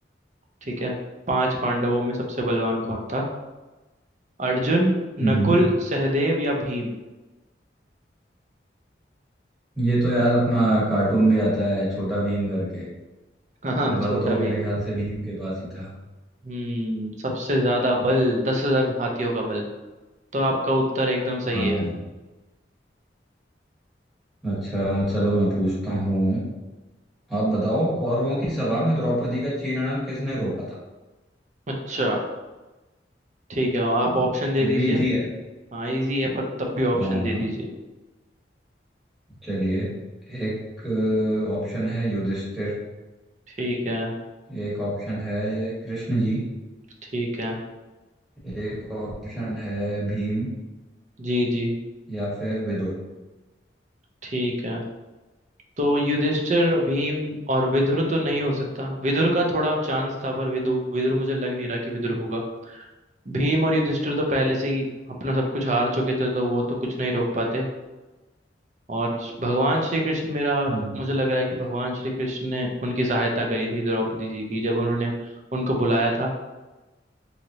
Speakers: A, on the right; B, in the centre.
A: ठीक है पांच पांडवों में सबसे बलवान
B: हम्म
A: कौन था अर्जुन
B: हम्म,
A: नकुल सहदेव या भीम
B: ये तो यार अपना कार्टून भी आता है छोटा भीम करके
A: हाँ हाँ,
B: बल
A: छोटा
B: तो
A: भीम
B: मेरे ख्याल से भीम के पास ही था
A: हम्म सबसे ज्यादा बल दस हजार हाथियों का बल तो आपका उत्तर एकदम सही
B: हाँ
A: है
B: अच्छा चलो मैं पूछता हूँ आप बताओ कौरवों की सभा में द्रौपदी का चीरहरण किसने रोका था
A: अच्छा ठीक है आप ऑप्शन दे
B: ये
A: दीजिए
B: भी इजी है
A: हाँ इजी है पर तब भी ऑप्शन
B: हाँ
A: दे दीजिए
B: चलिए एक ऑप्शन है युधिष्ठिर
A: ठीक है
B: एक ऑप्शन है कृष्ण जी
A: ठीक है
B: एक ऑप्शन है भीम
A: जी जी
B: या फिर विदुर
A: ठीक है तो युधिष्ठिर भीम और विदुर तो नहीं हो सकता विदुर का थोड़ा चांस था पर विदु विदुर मुझे लग नहीं रहा कि विदुर होगा भीम और युधिष्ठिर तो पहले से ही अपना सब कुछ हार चुके थे तो वो तो कुछ नहीं रोक पाते और भगवान श्री कृष्ण मेरा
B: हम्म
A: मुझे लग रहा है कि भगवान श्री कृष्ण ने उनकी सहायता करी थी द्रौपदी जी की जब उन्होंने उनको बुलाया था